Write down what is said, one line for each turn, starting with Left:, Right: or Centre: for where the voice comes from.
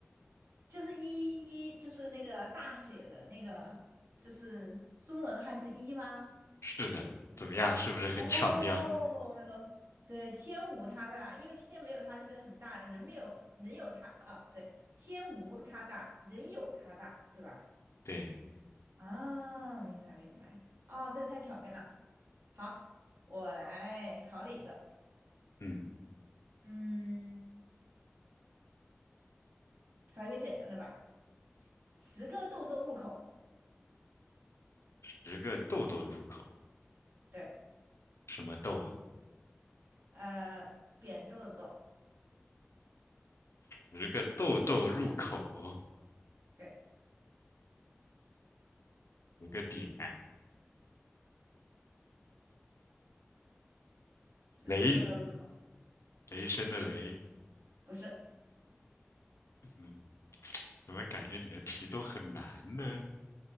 Right: 就是一一就是那个大写的那个，就是中文汉字一吗？
Left: 是的，怎么样？是不是很巧妙？
Right: 哦，<laughs> 那个对，天无他大，因为天没有他就变得很大，人没有人有他啊，不对，天无他大，人有他大，对吧？
Left: 对，
Right: 啊，明白明白，哦，这个太巧妙了。好，我来考你一个，
Left: 嗯，
Right: 嗯，考一个简单的吧。十个豆豆入口，
Left: 十个豆豆入口，
Right: 对，
Left: 什么豆啊？
Right: 呃，扁豆的豆，
Left: 十个豆豆入口哦，
Right: 对，
Left: 十个点，
Right: 十个豆豆入口。
Left: 雷，雷声的雷。
Right: 不是，
Left: 嗯，怎么感觉你的题都很难呢？